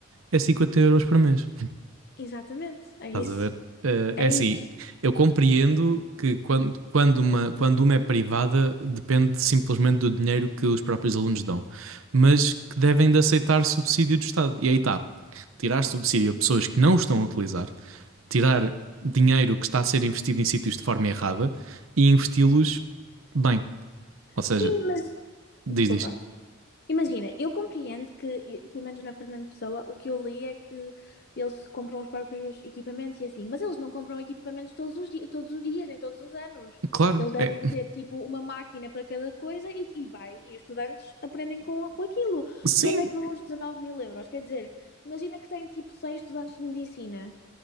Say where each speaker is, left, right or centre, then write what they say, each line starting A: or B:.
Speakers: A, on the right; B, on the left.
A: é 50 euros por mês.
B: Exatamente, é
A: Estás
B: isso.
A: a ver? Eh,
B: É
A: é assim,
B: isso.
A: eu compreendo que quando, quando, uma, quando uma é privada, depende simplesmente do dinheiro que os próprios alunos dão, mas que devem de aceitar subsídio do Estado. E aí está, tirar subsídio a pessoas que não estão a utilizar, tirar dinheiro que está a ser investido em sítios de forma errada e investi-los bem. Ou seja,
B: Sim, mas.
A: diz,
B: Desculpa.
A: diz.
B: Imagina, eu compreendo que, e- pelo menos na Fernando Pessoa, o que eu li é que eles compram os próprios equipamentos e assim, mas eles não compram equipamentos todos os dias, todos os dias, nem todos os anos.
A: Claro,
B: Eles devem
A: é.
B: ter tipo uma máquina para cada coisa e, e vai, e os estudantes aprendem com, com aquilo.
A: Sim.
B: Para onde é que vão os 19 mil euros? Quer dizer, imagina que tem tipo 100 estudantes de medicina